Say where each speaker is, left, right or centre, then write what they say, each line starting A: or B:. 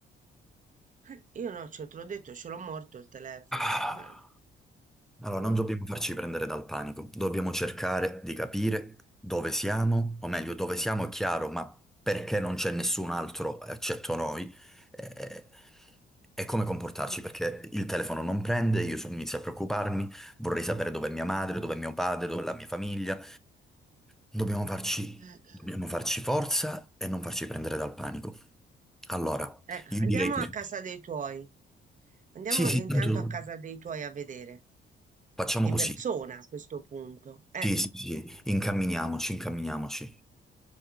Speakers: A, on the right (about 40°); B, in the centre.
A: eh, io no, ce te l'ho detto, ce l'ho morto il telefono.
B: Ah.
A: eh,
B: Allora,
A: Boh.
B: non dobbiamo farci prendere dal panico, dobbiamo cercare di capire dove siamo, o meglio, dove siamo è chiaro, ma perché non c'è nessun altro eccetto noi, eh, e come comportarci,
A: Eh,
B: perché il telefono non prende, io so- inizio a preoccuparmi, vorrei sapere dove è mia madre, dove è mio padre, dove è la mia famiglia. Dobbiamo farci,
A: Eh,
B: dobbiamo
A: eh,
B: farci forza e non farci prendere dal panico. Allora,
A: Eh,
B: io
A: andiamo
B: direi così.
A: a casa dei tuoi. Andiamo
B: Sì, sì,
A: intanto
B: tanto
A: a casa dei tuoi a vedere.
B: facciamo
A: di
B: così.
A: persona a questo punto. Eh,
B: Sì, sì, sì, incamminiamoci, incamminiamoci.